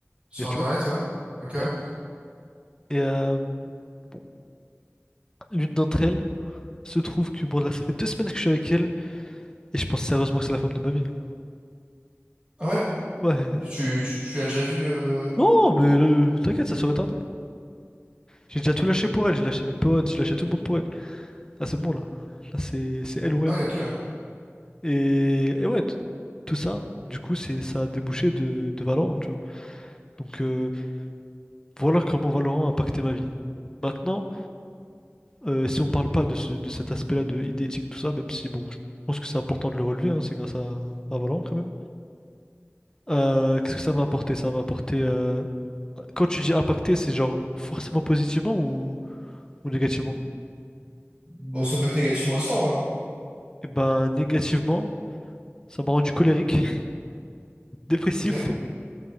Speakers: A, on the right; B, on the left.
A: Sur
B: virtuelles.
A: Internet, ouais. Ok, ouais.
B: Ouais. Et euh, bon, l'une d'entre elles se trouve que bon là ça fait deux semaines que je suis avec elle et je pense sérieusement que c'est la femme de ma vie. hein.
A: Ah ouais?
B: Ouais.
A: Tu, tu, tu- tu as déjà vu... euh,
B: Non, mais euh, t'inquiète, ça serait tardé. J'ai déjà tout lâché pour elle, j'ai lâché mes potes, j'ai lâché tout le monde pour elle. Là c'est bon là. Là c'est c'est elle ou rien.
A: Ah ouais, ok, ouais.
B: Et, et ouais, t- tout ça, du coup, c'est ça a débouché de, de Valorant, tu vois. Donc euh, voilà comment Valorant a impacté ma vie. Maintenant. Euh, si on parle pas de, ce- de cet aspect-là de e tout ça, même si bon, je pense que c'est important de le relever, hein, c'est grâce à, à Valorant quand même. Euh, qu'est-ce que ça va apporter? Ça va apporter. euh, Quand tu dis impacter, c'est genre forcément positivement ou, ou négativement?
A: Mm. Bon, ça peut être négativement aussi, en vrai. hein.
B: et ben, négativement, ça m'a rendu colérique, <laughs> dépressif
A: Ok.